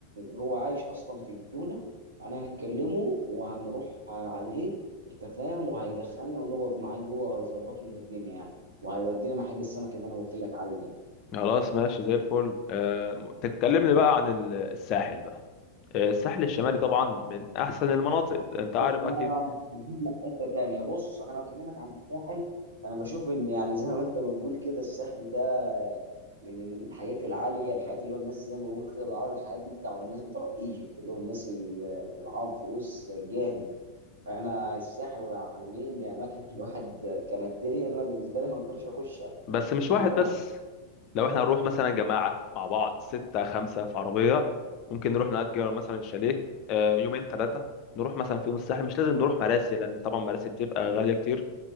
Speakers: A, on the right; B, on the left.
A: هو عايش اصلا في الجونه انا هكلمه وهنروح عليه انت فاهم وهيدخلنا ونقعد معاه جوه وهيظبط لنا الدنيا يعني وهيودينا محل السمك اللي انا قلت لك عليه ده
B: خلاص ماشي زي الفل آه، م- طب كلمني بقى عن ال- الساحل بقى آه، الساحل الشمالي طبعا من احسن المناطق انت عارف
A: جبنا
B: اكيد
A: جبنا في حته تانيه بص انا لو اكلمك عن الساحل فانا بشوف ان يعني زي ما انت بتقول كده الساحل ده من الحياه العاليه الحياه اللي هو الناس زي ما بنقول كده بالعربي الحياه دي بتاع الناس بتوع ايجيبت اللي هو الناس اللي اللي معاهم فلوس جامد فانا الساحل والعلمين دي اماكن الواحد كماديا انا بالنسبه لي ما اقدرش اخشها
B: بس مش
A: لكن
B: واحد
A: لو
B: بس لو احنا هنروح مثلا جماعة مع بعض ستة خمسة في عربية ممكن نروح نأجر مثلا شاليه آه، يومين ثلاثة نروح مثلا في يوم الساحل مش لازم نروح مراسي لأن طبعا مراسي بتبقى غالية كتير